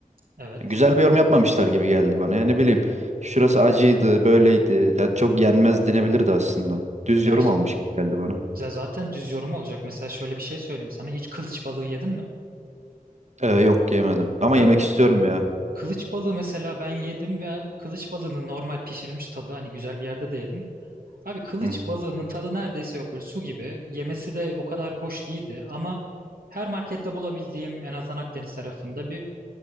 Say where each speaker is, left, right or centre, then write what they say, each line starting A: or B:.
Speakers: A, on the right; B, on the right.
A: Evet.
B: Ya Güzel bir yorum yapmamışlar gibi geldi bana. Ya ne bileyim şurası acıydı böyleydi. Ya çok yenmez denebilirdi aslında. Düz
A: Ya
B: yorum
A: işte
B: almış gibi geldi bana.
A: ya zaten düz yorum olacak. Mesela şöyle bir şey söyleyeyim sana. Hiç kılıç balığı yedin mi?
B: Ee, yok yemedim ama
A: Abi
B: yemek istiyorum ya.
A: kılıç balığı mesela ben yedim ve kılıç balığının normal pişirilmiş tadı hani güzel bir yerde de yedim. Abi kılıç
B: Hı
A: balığının tadı neredeyse yok böyle su gibi. Yemesi de o kadar hoş değildi ama her markette bulabildiğim en azından Akdeniz tarafında bir